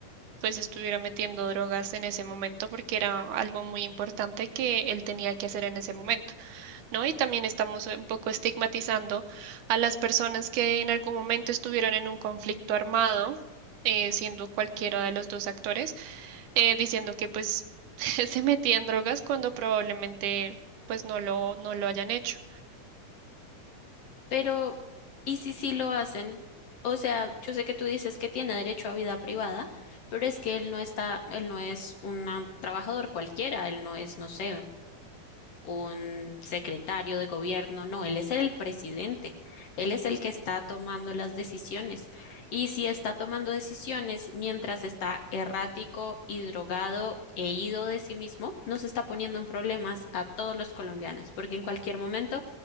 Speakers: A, on the right (about 75°); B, on the left (about 60°).
A: pues estuviera metiendo drogas en ese momento porque era algo muy importante que él tenía que hacer en ese momento. ¿no? Y también estamos eh, un poco estigmatizando a las personas que en algún momento estuvieron en un conflicto armado, eh, siendo cualquiera de los dos actores, eh, diciendo que pues <laughs> se metían drogas cuando probablemente pues no lo, no lo hayan hecho.
B: Pero, ¿y si sí lo hacen? O sea, yo sé que tú dices que tiene derecho a vida privada, pero es que él no está, él no es un trabajador cualquiera, él no es, no sé, un secretario de gobierno, no, él es el presidente, él es el que está tomando las decisiones. Y si está tomando decisiones mientras está errático y drogado e ido de sí mismo, nos está poniendo en problemas a todos los colombianos, porque en cualquier momento